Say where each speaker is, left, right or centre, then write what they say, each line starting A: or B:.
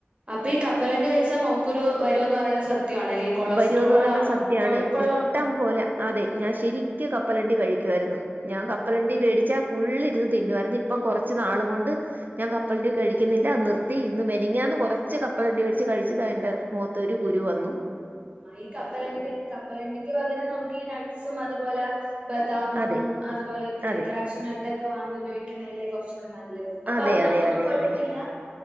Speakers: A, on the right; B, on the right.
A: അപ്പൊ ഈ കപ്പലണ്ടി കഴിച്ചാൽ മുഖക്കുരു വരുമെന്ന് പറയുന്നത് സ സത്യമാണല്ലേ കൊളസ്ട്രോൾ
B: വരുമെന്ന് പറയുന്നത്
A: ആണോ,
B: സത്യമാണ്
A: കൊഴുപ്പുള്ള
B: ഇഷ്ടം
A: ഉണ്ട്.
B: പോലെ അതെ ഞാൻ ശരിക്കും കപ്പലണ്ടി കഴിക്കുയിരുന്നു ഞാൻ കപ്പലണ്ടി
A: ആഹ്
B: മേടിച്ചാൽ. ഫുള്ള് ഇരുന്ന് തിന്നുമായിരുന്നു ഇപ്പം കുറച്ച് നാള് കൊണ്ട്. ഞാൻ കപ്പലണ്ടി കഴിക്കുന്നില്ല നിർത്തി ഇന്ന് മിനിഞ്ഞാന്ന് കുറച്ച് കപ്പലണ്ടി മേടിച്ചു കഴിച്ചത് എന്റെ മുഖത്ത്. ഒരു കുരുവന്നു.
A: ആഹ് ഈ കപ്പലണ്ടി കപ്പലണ്ടിക്ക് പകരം നമുക്ക് ഈ നട്ട്സും അതുപോലെ. ബദാം
B: അതെ
A: അതുപോലെയൊക്കെ
B: അതെ
A: കാഷുനട്ട് ഒക്കെ വാങ്ങി ഉപയോഗിക്കുന്നതല്ലേ കുറ ച്ചൂടെ നല്ലത് അപ്പൊ
B: അതെ
A: അതിനകത്തൊന്നും
B: അതെ അതെ
A: കുഴപ്പില്ല.
B: അതെ